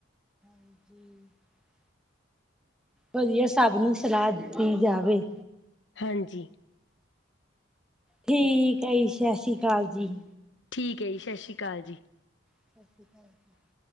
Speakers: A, in the centre; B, on the left.
A: <unintelligible> <unintelligible> ਵਧੀਆ ਸਭ ਨੂੰ ਸਲਾਹ ਦਿੱਤੀ ਜਾਵੇ।
B: ਹਾਂਜੀ।
A: ਠੀਕ ਆ ਜੀ ਸਾ਼ਸ਼ੀ ਕਾਲ ਜੀ
B: ਠੀਕ ਹੈ ਜੀ ਸ਼ਸ਼੍ਰੀ ਕਾਲ ਜੀ
A: <inaudible>